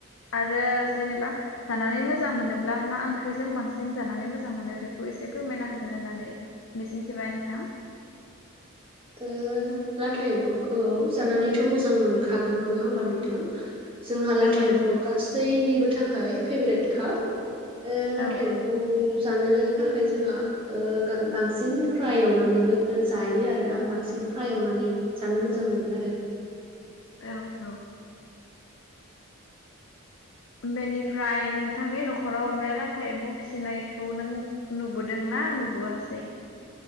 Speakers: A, on the left; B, on the right.
A: आरो जेनेबा जानानै मोजां मोनोब्ला मा ओंख्रिजों बांसिन जानानै मोजां मोनो बेखौ एसे फोरमायना होगोन होननानै मिजिंथिबाय नोंथां।
B: ओ लाथा एम्फौखौ जानानैथ मोजां मोनखागोन नङा होमबा नोंथां। जोंहा लाथा
A: औ नंगौ
B: एम्फौ गासैनिबो थाख खाय फेभ्रेट खा। ओ लाथा
A: औ
B: एम्फौखौ
A: औ
B: जानोनो थाखाय जोंहा ओ बांसिन फ्राय एवनानैबो जायो आरो आं बांसिन फ्राय एवनानै जानो मोजां मोनो आरो।
A: औ औ। बेनिफ्राय नोंथांनि नख'राव बे लाथा एम्फौ फिसिनायखौ नों नुबोदों ना नुबोआसै?